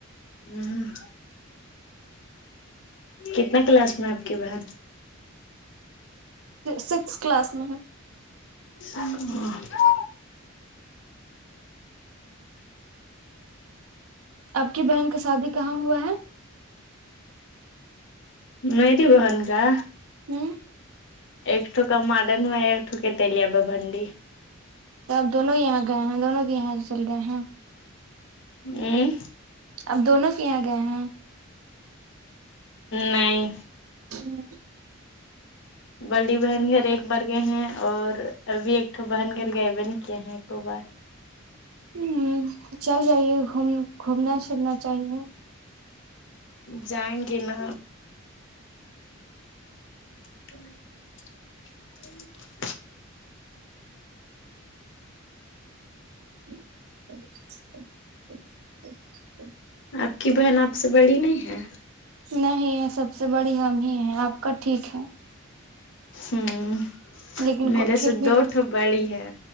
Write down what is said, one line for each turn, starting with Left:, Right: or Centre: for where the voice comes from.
Left: ہمم کتنا کلاس میں آپ کی بہن
Right: سکس کلاس میں ہے
Left: ہمم
Right: آپ کی بہن کا شادی کہاں ہوا ہے
Left: میری بہن کا
Right: ہوں
Left: ایک وکا مادن ہو ہے ایکٹھوک تلییاب بھنڈی
Right: تب دونوں یہاں گئے ہیں دونوں کے یہاں چل گئے ہیں
Left: ھمم
Right: اب دونوں کے یہاں گئے ہیں
Left: نہیں
Right: ہمم
Left: بڑی بہن گھر ایک بار گئے ہیں اور ابھی ایک بہن گھر گئے بہن کی ہیں روبہ
Right: ہمم چل جائیے گوم گھومنا پہرنا چاہیے ہوں
Left: جائیں گے نا ہوں ہوں
Right: <inaudible>
Left: آپ کی بہن آپ سے بڑی نہیں ہے
Right: نہیں یہ سب سے بڑی ہم ہی ہیں آپ کا ٹھیک ہے
Left: ہوں
Right: لیکن
Left: میرے
Right: پھر
Left: سے
Right: بھی
Left: دو تو بڑی ہے